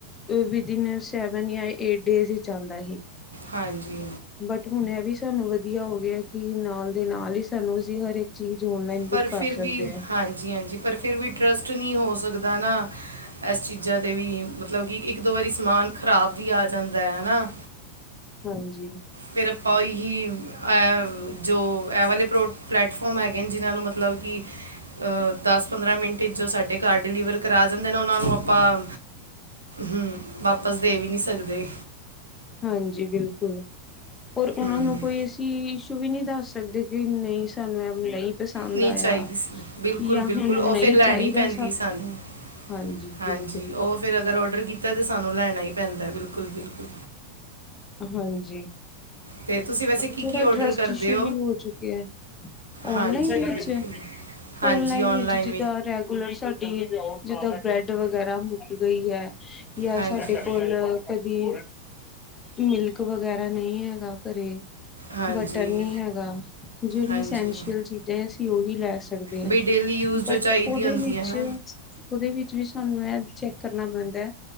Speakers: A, on the left (about 20°); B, on the right (about 75°).
A: ਬਿਦਇਨ ਸੈਵਨ ਜਾਂ ਏਟ ਡੇਜ਼ ਹੀ ਚਲਦਾ ਸੀ।
B: ਹਾਂਜੀ,
A: ਬਟ ਹੁਣ ਇਹ ਵੀ ਸਾਨੂੰ ਵਧੀਆ ਹੋ ਗਿਆ ਕਿ ਨਾਲ ਦੇ ਨਾਲ ਹੀ ਸਾਨੂੰ ਅਸੀਂ ਹਰ ਇੱਕ ਚੀਜ਼ ਔਨਲਾਈਨ ਬੁੱਕ
B: ਪਰ
A: ਕਰ
B: ਫਿਰ
A: ਸਕਦੇ
B: ਵੀ,
A: ਹਾਂ
B: ਹਾਂਜੀ- ਹਾਂਜੀ, ਪਰ ਫਿਰ ਵੀ ਟਰਸਟ ਨਹੀਂ ਹੋ ਸਕਦਾ ਨਾ। ਇਸ ਚੀਜ਼ਾਂ 'ਤੇ ਵੀ ਮਤਲਬ ਕਿ ਇੱਕ ਦੋ ਵਾਰੀ ਸਮਾਨ ਖ਼ਰਾਬ ਵੀ ਆ ਜਾਂਦਾ ਹੈ ਹਨਾ
A: ਹਾਂਜੀ,
B: ਫਿਰ ਆਪਾਂਹੀ ਐ ਜੋ ਐ ਵਾਲੇ ਪ੍ਰੋ ਪਲੈਟਫੋਮ ਹੈਗੇ ਨੇ, ਜਿਨ੍ਹਾਂ ਨੂੰ ਮਤਲਬ ਕਿ, ਦਸ ਪੰਦਰਾਂ ਮਿੰਟ ਜੋ ਸਾਡੇ ਘਰ ਡਿਲੀਵਰ ਕਰਾ ਜਾਂਦੇ ਨੇ ਉਹਨਾਂ ਨੂੰ ਆਪਾਂ, ਹਮ ਵਾਪਸ ਦੇ ਵੀ ਨਹੀ ਸਕਦੇ
A: ਹਾਂਜੀ, ਬਿਲਕੁਲ ਹੋਰ ਉਹਨਾਂ
B: ਹਮ,
A: ਨੂੰ ਕੋਈ ਅਸੀਂ ਇਸ਼ੂ ਵੀ ਨਹੀ ਦੱਸ ਸਕਦੇ ਕਿ ਨਹੀਂ ਸਾਨੂੰ ਐ ਨਹੀਂ ਪਸੰਦ
B: ਨਹੀਂ
A: ਆਇਆ
B: ਚਾਹੀਦੀ ਸੀ ਬਿਲਕੁਲ,
A: ਜਾਂ ਹੁਣ
B: ਬਿਲਕੁਲ ਉਹ
A: ਨਹੀਂ
B: ਫਿਰ ਲੈਣੀ
A: ਚਾਹੀਦਾ
B: ਪੈਂਦੀ ਸਾਨੂੰ
A: ਹਾਂਜੀ
B: ਹਾਂਜੀ
A: ਬਿਲਕੁਲ
B: ਉਹ ਫਿਰ ਅਗਰ ਓਡਰ ਕੀਤਾ ਤੇ ਸਾਨੂੰ ਲੈਣਾ ਹੀ ਪੈਂਦਾ ਬਿਲਕੁਲ- ਬਿਲਕੁਲ
A: ਹਾਂਜੀ
B: ਤੇ ਤੁਸੀਂ ਵੈਸੇ ਕੀ
A: ਥੋੜਾ
B: ਕੀ ਆਰਡਰ
A: ਟਰੱਸਟ
B: ਕਰਦੇ
A: ਇਸ਼ੂ ਵੀ ਹੋ ਚੁੱਕਿਆ ਹੈ, ਓਨਲਾਈਨ
B: ਹਾਂਜੀ
A: ਵਿੱਚ,
B: ਬਿਲਕੁਲ ਹਾਂਜੀ
A: ਓਨਲਾਈਨ
B: ਆਨਲਾਈਨ
A: ਵਿੱਚ ਜਿੱਦਾਂ ਸਾਡੀ ਜਿਦਾਂ ਬ੍ਰੈਡ ਵਗੈਰਾ ਮੁੱਕ ਗਈ ਹੈ ਜਾਂ
B: ਹਾਂਜੀ
A: ਸਾਡੇ ਕੋਲ ਕਦੀ ਮਿਲਕ ਵਗੈਰਾ ਨਹੀਂ ਹੈਗਾ ਘਰੇ।
B: ਹਾਂਜੀ
A: ਬਟਰ ਨਹੀਂ ਹੈਗਾ। ਜਿਹੜੀ
B: ਹਾਂਜੀ
A: ਅਸੈਂਸ਼ੀਅਲ ਚੀਜ਼ਾਂ ਅਸੀਂ ਉਹੀ ਲੈ ਸਕ ਸਕਦੇ ਹਾਂ।
B: ਵੀ ਡੇਲੀ ਯੂਜ਼ ਜੋ
A: ਬਟ
B: ਚਾਹੀਦੀ
A: ਉਹਦੇ
B: ਹੁੰਦੀ
A: ਵਿੱਚ
B: ਹੈ ਨਾ
A: ਓਦੇ ਵਿਚ ਵੀ ਸਾਨੂੰ ਆ ਚੈੱਕ ਕਰਨਾ ਪੈਂਦਾ ਹੈ।